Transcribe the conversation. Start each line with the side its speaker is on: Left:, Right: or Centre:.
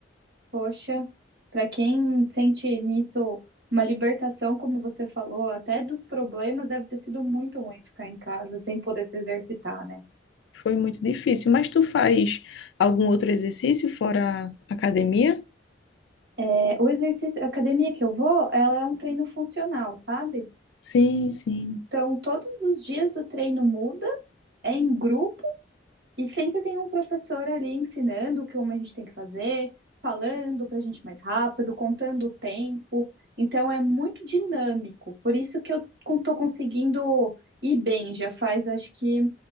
Right: Poxa, para quem sente nisso uma libertação, como você falou, até dos problemas, deve ter sido muito ruim ficar em casa sem poder se exercitar, né?
Left: Foi muito difícil. Mas tu faz algum outro exercício fora a academia?
Right: É, o exercício, a academia que eu vou, ela é um treino funcional, sabe?
Left: Sim, sim,
Right: Então, todos os dias o treino muda, é em grupo. E sempre tem um professor ali ensinando o que como a gente tem que fazer, falando para a gente mais rápido, contando o tempo. Então é muito dinâmico. Por isso que eu estou conseguindo ir bem. Já faz acho que